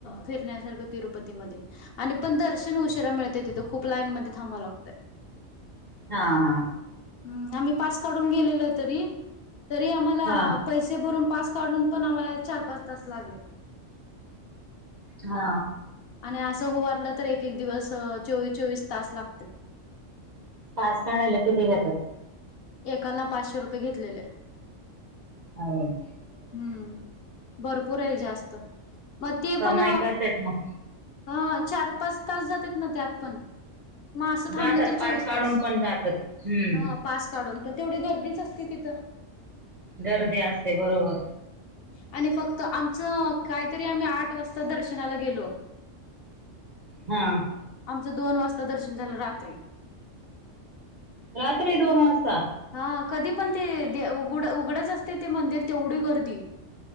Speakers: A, on the left; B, on the right.
A: फिरण्यासारक तिरुपतीमदे आणि पण दर्शन उशिरा मिळतय तित. खूप लाईन मदे थांबाव लागतंय.
B: हा हा.
A: ह् आमी पास काढून गेलेलो तरी तरी आमाला
B: हा
A: पैसे भरून पास काढून पण आम्हाला चार पाच तास लागले.
B: हा.
A: आणि असं हुबारलं तर एक एक दिवस चोवीस चोवीस तास लागत्यात.
B: पास काढायला किती घेतात?
A: एकाला पाचशे रुपये घेतलेले.
B: हाव.
A: हम्म भरपूराय जास्त म ते
B: कमाई
A: पण
B: करतात मग
A: अं चार पाच तास जातेत न त्यात पण. म असं थांबलं
B: जातात
A: तर
B: पास
A: चोवीस
B: काढून
A: तास
B: पण जातात हम्म
A: हं. पास काढून. पण तेवढी गर्दीच असते तिथं.
B: गर्दी असते, बरोबर.
A: आणि फक्त आमचं. कायतरी आम्ही आठ वाजता दर्शनाला गेलो.
B: हा.
A: आमचं दोन वाजता दर्शन झालं रात्री.
B: रात्री दोन वाजता?
A: हा कधी पण ते दे उघड उघडच असते ते मंदिर तेवढी गर्दी.